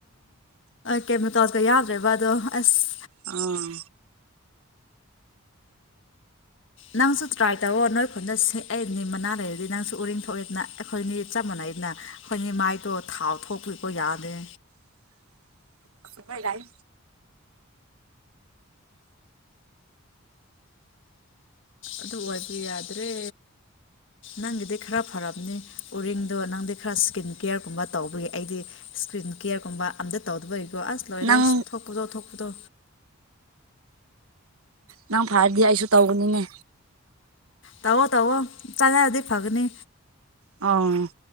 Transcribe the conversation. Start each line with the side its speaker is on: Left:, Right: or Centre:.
Left: ꯀꯦꯃꯣꯇꯣꯁꯀ ꯌꯥꯎꯗ꯭ꯔꯦꯕ ꯑꯗꯣ ꯑꯁ
Right: ꯑꯥ
Left: ꯅꯪꯁꯨ ꯇ꯭ꯔꯥꯏ ꯇꯧꯔꯑꯣ ꯅꯣꯏ ꯈꯨꯟꯗ ꯑꯩꯅꯤ ꯃꯅꯥ ꯂꯩꯔꯗꯤ ꯅꯪꯁꯨ ꯎꯔꯤꯡ ꯊꯣꯛꯣꯛꯏꯦꯅ ꯑꯩꯈꯣꯏ ꯃꯤꯠ ꯆꯞ ꯃꯥꯟꯩ ꯍꯥꯏꯅ ꯑꯩꯈꯣꯏꯒꯤ ꯃꯥꯏꯗꯣ ꯊꯥꯎ ꯊꯣꯛꯄꯤꯀꯣ ꯌꯥꯅꯤꯦ
Right: <unintelligible> ꯍꯣꯏ ꯌꯥꯥꯏ
Left: ꯑꯗꯨꯗ ꯍꯕꯤꯗ꯭ꯔꯦ ꯅꯪꯒꯤꯗꯤ ꯈꯔ ꯐꯝꯅꯤ ꯎꯔꯤꯡꯗꯣ ꯅꯪꯗꯤ ꯈꯔ ꯏꯁꯀꯤꯟ ꯀꯦꯌꯔꯒꯨꯝꯕ ꯇꯧꯕꯒꯤ ꯑꯩꯗꯤ ꯏꯁꯀ꯭ꯔꯤꯟ ꯀꯦꯌꯔꯒꯨꯝꯕ ꯑꯝꯇ ꯇꯧꯗꯕꯩꯒꯤꯀꯣ ꯑꯁ ꯂꯣꯏꯔꯦ
Right: ꯅꯪ
Left: ꯑꯁ ꯊꯣꯛꯄꯗꯣ ꯊꯣꯛꯄꯗꯣ
Right: ꯅꯪ ꯐꯔꯗꯤ ꯑꯩꯁꯨ ꯇꯧꯒꯅꯤꯅꯦ
Left: ꯇꯋꯣ ꯇꯋꯣ ꯆꯉꯗꯤ ꯐꯒꯅꯤ
Right: ꯑ